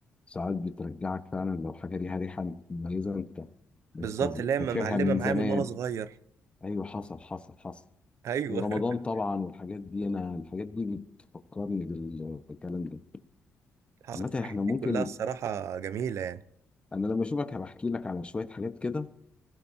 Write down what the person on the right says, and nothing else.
بالظبط
اللي هي معلمة
معايا
من وأنا صغير
أيوه
<laughs>
حصلت
الحاجات
دي كلها الصراحة جميلة يعني